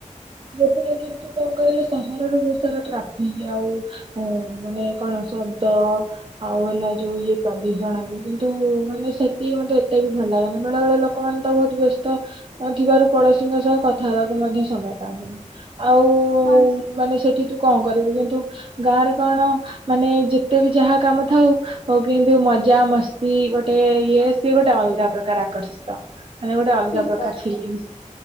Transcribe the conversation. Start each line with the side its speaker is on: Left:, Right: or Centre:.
Right: <unintelligible> କଣ କହିଲେ ସହରରେ ବହୁତ ସାରା ଟ୍ରାଫିକ ଆଉ ମାନେ କଣ ଶବ୍ଦ ଆଉ ହେଲା ଯୋଉ ଇଏ ପ୍ରଦୂଷଣ ବି କିନ୍ତୁ ମାନେ ସେତିକି ମତେ ଏତେ ବି ଭଲ ଲାଗେନି ବେଳେ ବେଳେ ଲୋକ ଲୋକ ମାନେ ତ ବହୁତ ବ୍ୟସ୍ତ ଥିବାରୁ ପଡୋଶୀଙ୍କ ସହ କଥା ହେବାକୁ ମଧ୍ୟ ସମୟ <inaudible> ଆଉ
Left: ହଁ
Right: ମାନେ ସେଠି ତୁ କଣ କରିବୁ କିନ୍ତୁ ଗାଁରେ କଣ ମାନେ ଯେତେ ବି ଯାହା କାମ ଥାଉ ଆଉ କିନ୍ତୁ ମଜା ମସ୍ତି ଗୋଟେ ଇଏ ସେ ଗୋଟେ ଅଲଗା ପ୍ରକାର ଆକର୍ଷିତ ମାନେ ଗୋଟେ ଅଲଗା
Left: ଠିକ
Right: ପ୍ରକାର
Left: କଥା।
Right: ଫିଲଗିଙ୍ଗସ